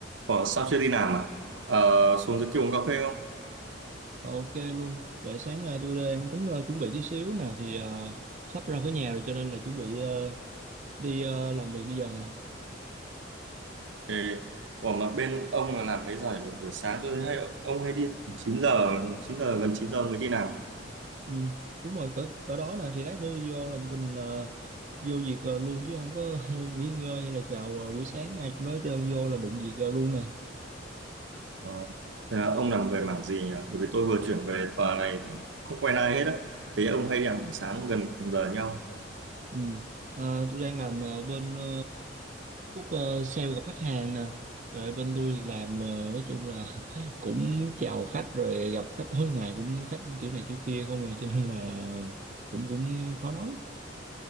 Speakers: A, on the right; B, on the right.
A: Ủa, sao chưa đi làm à? Ờ, xuống dưới kia uống cà phê không?
B: Ok luôn. Vậy sáng nay tôi đang tính ờ, chuẩn bị tí xíu nè thì ờ, sắp ra khỏi nhà rồi cho nên là chuẩn bị ờ, đi ờ, làm việc bây giờ nè.
A: Thì, ủa mà bên ông là làm mấy giờ nhỉ? buổi, buổi sáng tôi thấy hay, ông hay đi khoảng 9 giờ, chín giờ, gần 9 giờ mới đi làm. mà.
B: Ừ, đúng rồi cỡ cỡ đó nè thì lát nữa vô là mình ờ, vô việc ờ, luôn chứ không có <laughs> nghỉ ngơi hay là chào ờ, buổi sáng ai cũng nói hết trơn vô là đụng việc ờ, luôn nè.
A: Ờ, thế là ông làm về mảng gì nhỉ? Bởi vì tôi vừa chuyển về tòa này thì không quen ai hết á. Thế ông hay đi làm buổi sáng gần cùng giờ nhau.
B: Ừ. Ờ, tôi đang làm ờ, bên ờ, khúc ờ, sale gặp khách hàng nè rồi bên tôi thì làm ờ, nói chung là <laughs> cũng chào khách rồi gặp khách tối ngày cũng khách kiểu này kiểu kia không rồi cho nên là cũng cũng khó nói